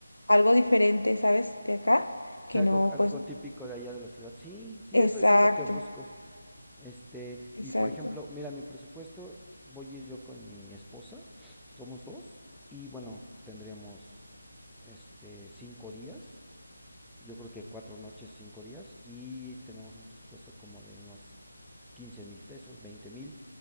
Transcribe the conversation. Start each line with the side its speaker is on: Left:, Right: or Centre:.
Left: algo diferente, ¿sabes? De acá, que
Centre: Sí, algo,
Left: no,
Centre: algo
Left: pues,
Centre: típico de allá de la ciudad. Sí, sí,
Left: exacto,
Centre: eso, eso es lo que busco. Este,
Left: exacto.
Centre: y por ejemplo, mira, mi presupuesto, voy a ir yo con mi esposa, somos dos, y bueno, tendríamos este cinco días, yo creo que cuatro noches, cinco días, y tenemos un presupuesto como de unos 15 mil pesos, 20 mil,